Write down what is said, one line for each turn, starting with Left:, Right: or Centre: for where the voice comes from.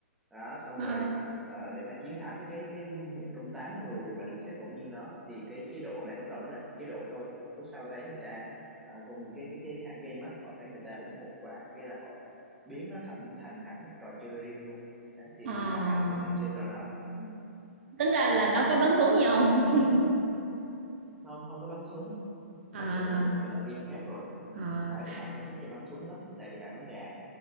Centre: đó xong
Right: ờ,
Centre: rồi ờ, để mà chiến thắng cái cái một trong tám người mà được xếp ngẫu nhiên đó thì cái chế độ này lúc đầu nó là chế độ thôi lúc sau thấy người ta à, cùng cái cái cái hãng game á họ thấy người ta ủng hộ quá cái là họ biến nó thành thành hẳn một trò chơi riêng luôn đấy thì
Right: ờ.
Centre: hiện tại là vẫn đang chơi trò đó ừ
Right: Tính ra là nó có bắn súng gì không? <laughs>
Centre: không không có bắn súng
Right: À,
Centre: bắn súng là một thể loại game khác rồi ừ
Right: à.
Centre: Hải thì Hải không thích chơi bắn súng lắm tại vì Hải bắn gà